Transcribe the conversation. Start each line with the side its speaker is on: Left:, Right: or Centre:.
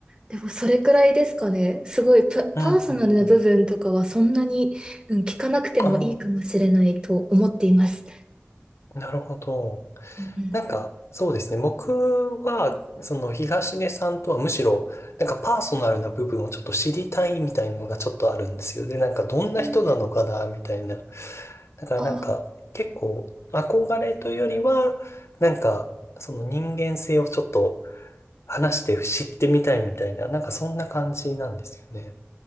Right: でもそれくらいですかね。すごいパ、
Left: うんうん
Right: パーソナルな部分とかはそんなに、
Left: うん。
Right: うん、聞かなくてもいいかもしれないと思っています。
Left: ああ、なるほど。
Right: うん
Left: なんか、そうですね。僕は、その東根さんとはむしろ、なんかパーソナルな部分をちょっと知りたいみたいなのがちょっとあるんですよ。で、なんかどんな人なのかな、
Right: うんうん
Left: みたいな。だからなんか、
Right: あ
Left: 結構、憧れというよりは、なんか、その人間性をちょっと話して知ってみたいみたいな、なんかそんな感じなんですよね。